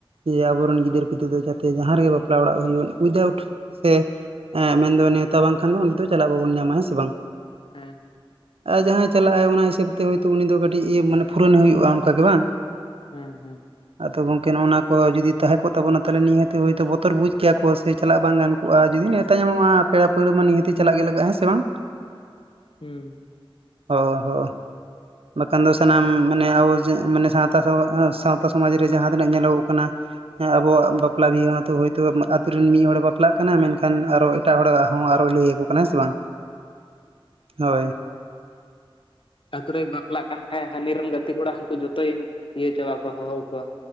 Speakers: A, on the right; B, on the left.
A: ᱡᱮ ᱟᱵᱚᱨᱮᱱ ᱜᱤᱫᱟᱹᱨ ᱯᱤᱫᱟᱹᱨ ᱫᱚ ᱡᱟᱛᱮ ᱡᱟᱦᱟᱸ ᱨᱮᱜᱮ ᱵᱟᱯᱞᱟ ᱚᱲᱟᱜ ᱦᱩᱭᱩᱜ ᱩᱭᱟᱣᱩᱴ ᱥᱮ ᱢᱮᱱᱫᱚ ᱱᱮᱣᱛᱟ ᱵᱟᱝᱠᱷᱟᱱ ᱫᱚ ᱚᱸᱰᱮ ᱫᱚ ᱪᱟᱞᱟᱜ ᱵᱟᱵᱚᱱ ᱧᱟᱢᱟ ᱦᱮᱸ ᱥᱮ ᱵᱟᱝ
B: ᱦᱮᱸ
A: ᱟᱨ ᱡᱟᱦᱟᱸᱭ ᱪᱟᱞᱟᱜᱼᱟᱭ ᱚᱱᱟ ᱦᱤᱥᱟᱹᱵᱽ ᱛᱮ ᱦᱳᱭᱛᱳ ᱩᱱᱤ ᱫᱚ ᱠᱟᱹᱴᱤᱡ ᱤᱭᱟᱹ ᱢᱟᱱᱮ ᱯᱷᱩᱨᱚᱱᱮ ᱦᱩᱭᱩᱜᱼᱟ ᱚᱱᱠᱟ ᱜᱮ ᱵᱟᱝ
B: ᱦᱮᱸ ᱦᱩᱸ
A: ᱟᱫᱚ ᱜᱚᱝᱠᱮ ᱱᱚᱜᱚᱱᱟ ᱠᱚ ᱡᱩᱫᱤ ᱛᱟᱦᱮᱸ ᱠᱚᱜ ᱛᱵᱚᱱᱟ ᱛᱟᱦᱚᱞᱮ ᱱᱤᱦᱟᱹᱛ ᱦᱳᱭᱛᱚ ᱵᱚᱛᱚᱨ ᱵᱩᱡᱽ ᱠᱮᱭᱟᱠᱚ ᱥᱮ ᱪᱟᱞᱟᱜ ᱵᱟᱝ ᱜᱟᱱ ᱠᱚᱟᱜ ᱡᱩᱫᱤ ᱱᱮᱶᱛᱟ ᱧᱟᱢᱚᱜᱼᱟ ᱯᱮᱲᱟ ᱯᱟᱹᱲᱦᱟᱹ ᱢᱟ ᱱᱤᱦᱟᱹᱛᱤ ᱪᱟᱞᱟᱜ ᱜᱮ ᱞᱟᱜᱟᱜᱼᱟ ᱦᱮᱸ ᱥᱮ ᱵᱟᱝ
B: ᱦᱩᱸ
A: ᱦᱚ ᱦᱚ ᱵᱟᱠᱷᱟᱱ ᱫᱚ ᱥᱟᱱᱟᱢ ᱢᱟᱱᱮ ᱟᱵᱚᱟᱱ ᱥᱟᱶᱛᱟ <inaudible> ᱥᱟᱶᱛᱟ ᱥᱚᱢᱟᱡᱽ ᱨᱮ ᱡᱟᱦᱟᱸ ᱛᱤᱱᱟᱹᱜ ᱧᱮᱞᱚᱜᱚᱜ ᱠᱟᱱᱟ ᱦᱮᱸ ᱟᱵᱚᱣᱟᱜ ᱵᱟᱯᱞᱟ ᱵᱤᱦᱟᱹ ᱢᱟᱛᱚ ᱦᱳᱭᱛᱳ ᱟᱛᱩ ᱨᱮᱱ ᱢᱤᱫ ᱦᱚᱲᱮ ᱮ ᱵᱟᱯᱞᱟᱜ ᱠᱟᱱᱟ ᱢᱮᱱ ᱠᱷᱟᱱ ᱟᱨᱚ ᱮ ᱮᱴᱟᱜ ᱦᱚᱲᱟᱜ ᱦᱚᱸ ᱟᱨᱚᱭ ᱞᱟᱹᱭ ᱟᱠᱚ ᱠᱟᱱᱟ ᱦᱮ ᱥᱮ ᱵᱟᱝ ᱦᱳᱭ
B: ᱟᱛᱳ ᱨᱮᱭ ᱵᱟᱯᱞᱟᱜ ᱠᱟᱱ ᱠᱷᱟᱡ ᱦᱟᱹᱱᱤ ᱨᱮᱱ ᱜᱟᱛᱮ ᱠᱚᱲᱟ ᱦᱟᱹᱱᱠᱩ ᱡᱚᱛᱚᱭ ᱤᱭᱟᱹ ᱪᱟᱵᱟ ᱠᱚᱣᱟ ᱦᱚ ᱦᱚᱣᱟᱠᱚᱣᱟ